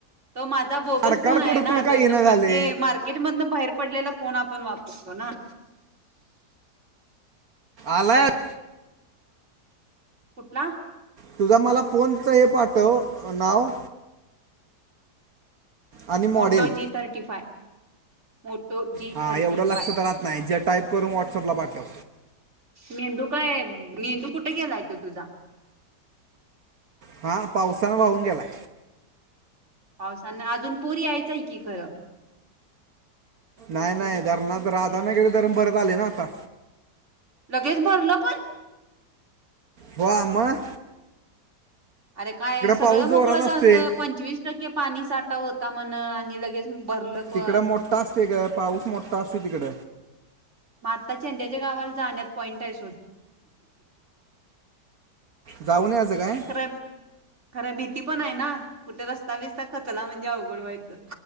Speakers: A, on the right (about 45°); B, on the right (about 60°).
A: तो माझा बोगस
B: अडकाड
A: फोन आहे
B: कुडकुड
A: ना
B: काय
A: दोन
B: येणं
A: नंबर.
B: झाले
A: ते मार्केटमधन बाहेर पडलेला फोन आप पण वापरतो ना.
B: अलग
A: कुठला?
B: तुझा मला फोनच हे पाठव नाव. आणि model
A: Moto G thirty five. Moto G
B: हा
A: थर्टी
B: एवढं लक्षात
A: फाय.
B: राहत नाही जे टाईप करून व्हॉट्सअपला पाठव
A: मेंदू काय मेंदू कुठे गेलाय तो तुझा?
B: हा पावसानं वाहून गेलाय.
A: पावसान अजून पूर यायचंय की खरं.
B: नाही नाही धरणात, राधानागरी धरण भरत आले ना आता.
A: लगेच भरलं पण?
B: वा! म.
A: अरे काय सगळं
B: पाऊस जोरात
A: मोकळं झाल
B: असतोय
A: तर पंचवीस टक्के पाणी साठा व्ह ता म्हण आणि लगेच भरलं पण
B: तिकड मोठा असते गं. पाऊस मोठा असते तिकड.
A: म आता चेंड्याच्या गावाला जाण्यात पॉइंट आहे सोड.
B: जाऊन याचं काय?
A: खरं खरं भीती पण आहे ना. कुठे रस्ता बिस्ता खचला म्हणजे अवघड व्हायचं.